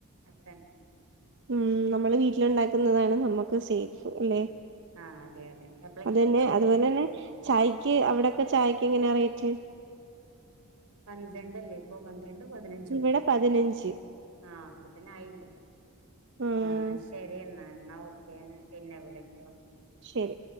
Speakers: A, on the right (about 80°); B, on the right (about 55°).
A: അത്ര
B: ഉം നമ്മള് വീട്ടില് ഉണ്ടാക്കുന്നതാണ് നമ്മുക്ക് സേഫ് അല്ലെ
A: ആഹ് അതെ അതെ എപ്പളെങ്കിലും
B: അത് തന്നെ
A: ഉണ്ടാക്കും
B: അതുപോലെ
A: ചെയ്യും
B: തന്നെ ചായക്ക് അവിടൊക്കെ ചായക്ക് എങ്ങനെയാ റേറ്റ്
A: പന്ത്രണ്ടല്ലെ അല്ലേ ഇപ്പോ പന്ത്രണ്ട് പതിനഞ്ചും
B: ഇവിടെ പതിനഞ്ച്
A: ആഹ് <unintelligible>
B: ഉം
A: ആഹ് ശരി എന്നാ എന്നാ ഓക്കെ പിന്നെ വിളിക്കാ
B: ശരി